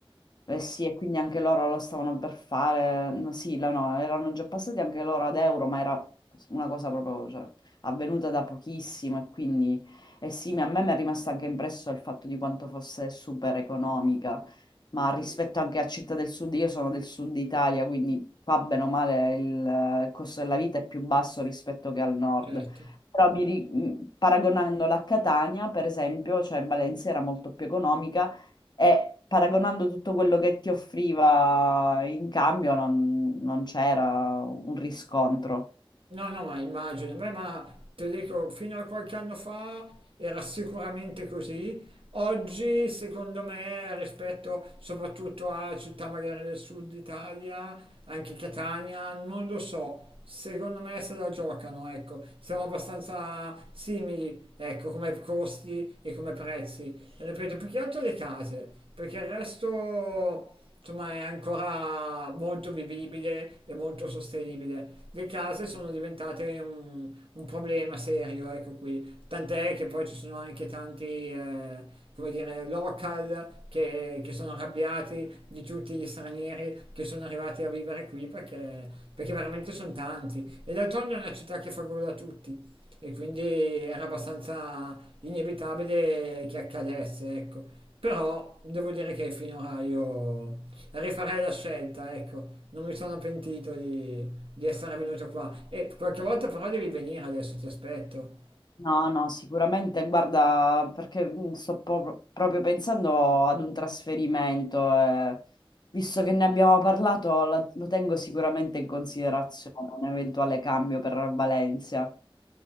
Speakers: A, on the left (about 50°); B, on the right (about 70°).
A: Eh sì, e quindi anche loro lo stavano per fare, no, sì, la- no, erano già passati anche loro ad euro, ma era una cosa proprio, cioè, avvenuta da pochissimo e quindi, eh sì, mi- a me mi è rimasto anche impresso il fatto di quanto fosse super economica, ma rispetto anche a Città del Sud, io sono del Sud Italia, quindi qua bene o male il, eh, il costo della vita è più basso rispetto che al Nord.
B: certo.
A: Però mi ri- mh, paragonandola a Catania, per esempio, cioè Valencia era molto più economica, e paragonando tutto quello che ti offriva in cambio, non, non c'era un riscontro.
B: No, no, ma immagino, Beh, ma ti dico, fino a qualche anno fa era sicuramente così. Oggi, secondo me, rispetto soprattutto a città magari del sud Italia, anche Catania, non lo so. Secondo me se la giocano, ecco, siamo abbastanza simili, ecco, come costi e come prezzi. Ripeto, più che altro le case, perché il resto insomma è ancora molto vivibile e molto sostenibile. Le case sono diventate un, un problema serio, ecco qui, tant'è che poi ci sono anche tanti, eh, come dire, local che, che sono arrabbiati di tutti gli stranieri che sono arrivati a vivere qui perché, perché veramente sono tanti. E d'altronde è una città che fa gola a tutti. E quindi era abbastanza inevitabile che accadesse, ecco. Però devo dire che finora io rifarei la scelta, ecco. Non mi sono pentito di, di essere venuto qua. E qualche volta però devi venire adesso, ti aspetto.
A: No, no, sicuramente, guarda, perché mh, sto po- proprio pensando ad un trasferimento, eh, visto che ne abbiamo parlato, la- lo tengo sicuramente in considerazione, un eventuale cambio per Valencia.